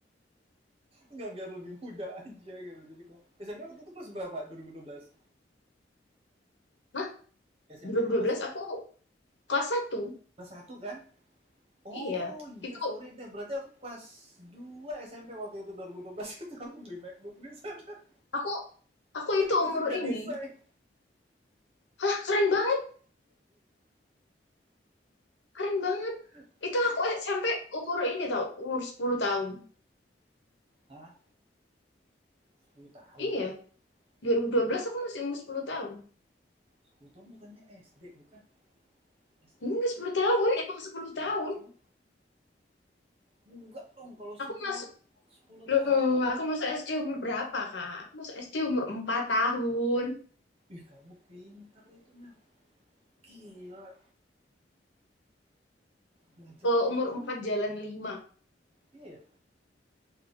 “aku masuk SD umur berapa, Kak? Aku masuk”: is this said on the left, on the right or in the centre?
Left